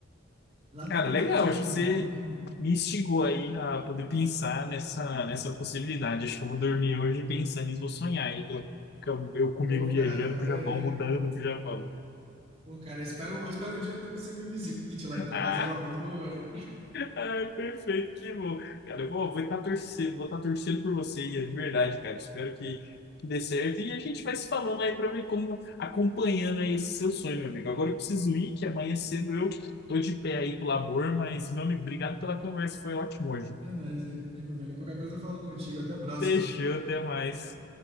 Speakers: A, on the right; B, on the left.
A: lá
B: Cara,
A: tem tanta
B: legal,
A: coisa
B: acho
A: de
B: que
A: anime.
B: você me instigou aí a poder pensar nessa, nessa possibilidade. Acho que eu vou dormir hoje pensando e vou sonhar aí. Eu, eu comigo
A: Pô, cara,
B: viajando
A: é...
B: pro Japão, mudando pro Japão.
A: Pô, cara, eu espero, eu espero um dia que você me visite lá,
B: <laughs>
A: então, caso eu vá mesmo, é,
B: Ai, perfeito, que bom. Cara, eu vou estar torcendo, vou tá torcendo por você, Ian, de verdade, cara. Espero que, que dê certo. E a gente vai se falando aí pra ver como acompanhando aí esse seu sonho, meu amigo. Agora eu preciso ir, que amanhã cedo eu tô de pé aí pro labor, mas, meu amigo, obrigado pela conversa, foi ótimo hoje.
A: É nóis aí, meu velho. Qualquer coisa eu falo contigo. Até a próxima.
B: Fechou, até mais.